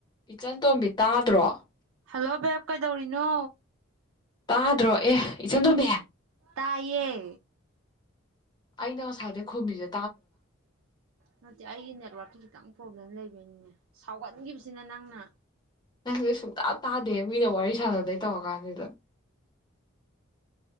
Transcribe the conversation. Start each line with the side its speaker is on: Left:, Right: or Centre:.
Left: ꯏꯆꯟ ꯇꯣꯝꯕꯤ ꯇꯥꯗ꯭ꯔꯣ
Right: ꯂꯣꯕꯦꯕ ꯀꯥꯏꯗꯧꯔꯤꯅꯣ
Left: ꯇꯥꯗ꯭ꯔꯣ ꯑꯦ ꯏꯆꯟꯇꯣꯝꯕꯤ
Right: ꯇꯥꯏꯌꯦ
Left: ꯑꯩꯅ ꯉꯁꯥꯥꯏꯗꯩꯩ ꯈꯨꯝꯃꯤꯖꯦ
Right: ꯅꯠꯇꯦ ꯑꯩꯒꯤ ꯅꯦꯠꯋꯥꯔꯛꯀꯤ ꯈꯤꯇꯪ ꯄ꯭ꯔꯣꯕ꯭ꯂꯦꯝ ꯂꯩꯕ ꯅꯦ ꯁꯥꯎꯒꯟꯈꯤꯕꯁꯤꯅ ꯅꯪꯅ
Left: ꯅꯪꯁꯦ ꯁꯨꯡꯇꯥ ꯇꯥꯗꯦ ꯃꯤꯅ ꯋꯥꯔꯤ ꯁꯥꯟꯅꯗꯩ ꯇꯧꯔ ꯀꯥꯟꯁꯤꯗ